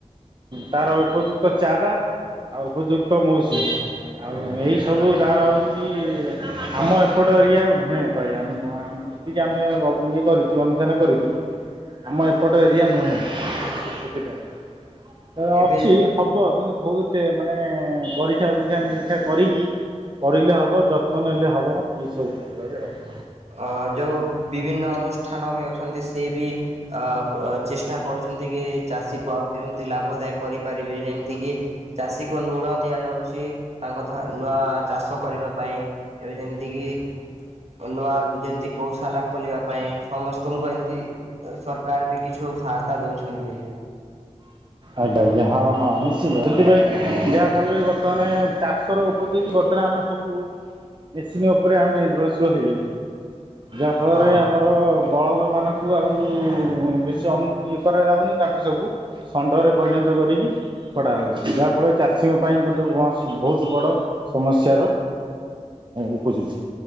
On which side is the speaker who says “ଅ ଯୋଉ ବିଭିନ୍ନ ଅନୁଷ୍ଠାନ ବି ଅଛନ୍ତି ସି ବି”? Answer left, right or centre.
Right